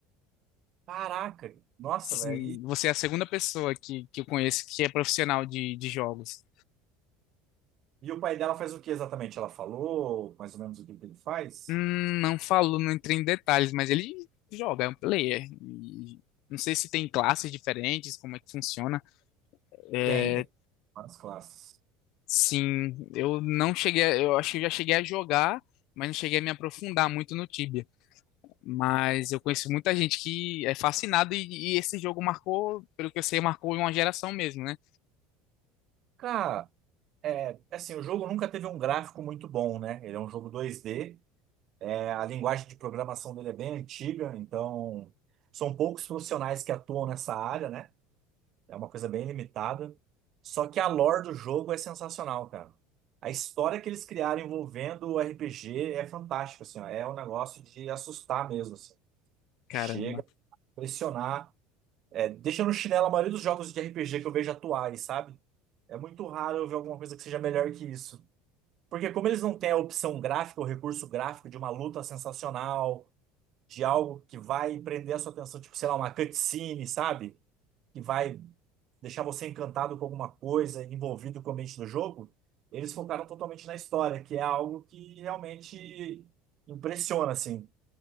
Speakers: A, on the right (about 45°); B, on the left (about 65°).
A: Caraca, nossa,
B: Assim,
A: velho, e
B: você é a segunda pessoa que, que eu conheço que é profissional de, de jogos.
A: E o pai dela faz o que exatamente? Ela falou mais ou menos o que que ele faz?
B: Hum, não falo, não entrei em detalhes, mas ele joga, é um player. E não sei se tem classes diferentes, como é que funciona. É,
A: Tem, tem várias classes.
B: sim, eu não cheguei, a- eu acho que eu já cheguei a jogar, mas não cheguei a me aprofundar muito no Tibia. Mas eu conheço muita gente que é fascinada e, e esse jogo marcou, pelo que eu sei, marcou uma geração mesmo, né?
A: Cara, é assim, o jogo nunca teve um gráfico muito bom, né? Ele é um jogo dois d é, a linguagem de programação dele é bem antiga, então são poucos profissionais que atuam nessa área, né? É uma coisa bem limitada. Só que a lore do jogo é sensacional, cara. A história que eles criaram envolvendo o RPG é fantástica, assim, ó. É um negócio de assustar mesmo, assim.
B: Caramba,
A: Chega a impressionar É, deixa no chinelo a maioria dos jogos de RPG que eu vejo atuais, sabe? É muito raro eu ver alguma coisa que seja melhor que isso. Porque como eles não têm a opção gráfica, o recurso gráfico de uma luta sensacional, de algo que vai prender a sua atenção, tipo, sei lá, uma cutscene, sabe? Que vai deixar você encantado com alguma coisa, envolvido com o ambiente do jogo, eles focaram totalmente na história, que é algo que realmente impressiona, assim.